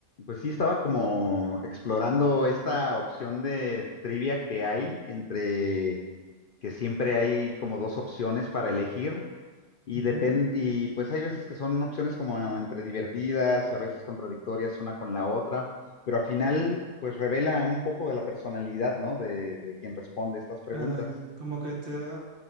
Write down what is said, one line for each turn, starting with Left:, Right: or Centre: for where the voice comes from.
Left: Pues sí, estaba como explorando esta opción de trivia que hay entre que siempre hay como dos opciones para elegir y
Right: Ujú.
Left: depende y pues hay veces que son opciones como entre divertidas y a veces contradictorias una con la otra, pero al final pues revela un poco de la personalidad, ¿no? De, de quien responde estas preguntas.
Right: Claro, eh, como que te da